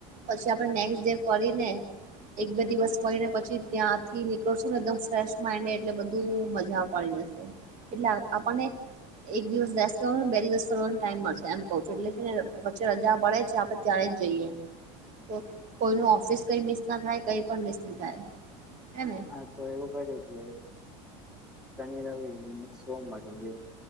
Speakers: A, on the right; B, in the centre.
A: પછી આપણે નેક્સ્ટ ડે ફરી ને એક બે દિવસ હોય ને પછી ત્યાંથી નીકળશું ને એકદમ ફ્રેશ માઇન્ડે એટલે બધું મજા પડી જશે એટલે આપણને એક દિવસ વસ કરવા બે દિવસ ફરનો ટાઈમ મળશે એમ કવ છું એટલે છે ને વચ્ચે રજા પડે છે આપડ ત્યાણે જ જઈએ તો કોઈનું ઓફિસ કઈ મિસ ના થાય કંઈ પણ મિસ નહી થાય હે ને
B: હા તો એવું કે કે શનિ રવિ સોમવાર